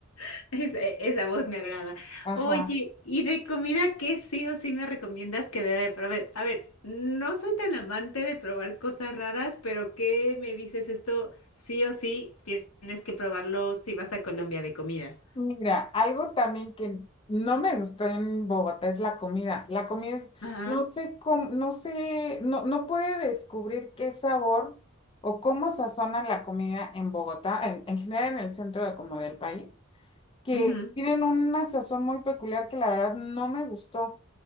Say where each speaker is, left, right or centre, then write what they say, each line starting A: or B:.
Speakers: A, on the left (about 80°); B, on the left (about 25°).
A: <laughs> Esa, esa voz me agrada.
B: Ajá.
A: Oye, ¿y de comida qué sí o sí me recomiendas que deba de probar? A ver, no soy tan amante de probar cosas raras, pero ¿qué me dices esto? Sí o sí tienes que probarlo si vas a Colombia de comida.
B: Mira, algo también que no me gustó en Bogotá es la comida. La comida es,
A: Ajá,
B: no sé cómo, no sé, no, no puede descubrir qué sabor o cómo sazonan la comida en Bogotá, en, en general en el centro de- como del país que
A: ujú,
B: tienen una sazón muy peculiar que la verdad no me gustó,